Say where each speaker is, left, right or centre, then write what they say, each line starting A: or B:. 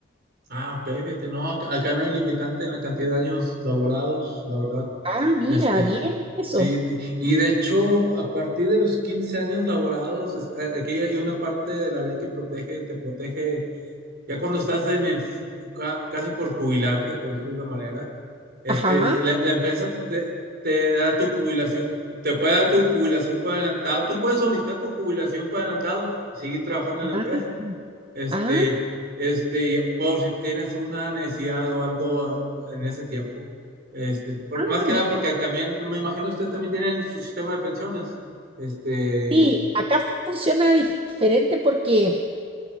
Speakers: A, on the right (about 50°); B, on the right (about 25°).
A: Ah, ok, fíjate, no, acá, acá no hay limitante en la cantidad de años laborados, la verdad.
B: Ah, mira,
A: Este,
B: bien eso.
A: sí, de- y de hecho, a partir de los 15 años laborados, este, aquí hay una parte de la ley que protege, te protege ya cuando estás en el, ca- casi por jubilarte, por decirlo de una manera, este,
B: Ajá.
A: la, la empresa te, te da tu jubilación, te puede dar tu jubilación por adelantado, tú puedes solicitar tu jubilación por adelantado y seguir trabajando en
B: Ah,
A: la empresa. Este,
B: ah,
A: este, y por si tienes una necesidad o algo en, en ese tiempo. Este, por-
B: ah,
A: más que
B: mira.
A: nada porque también, me imagino ustedes también tienen su sistema de pensiones. Este,
B: Sí, acá funciona diferente porque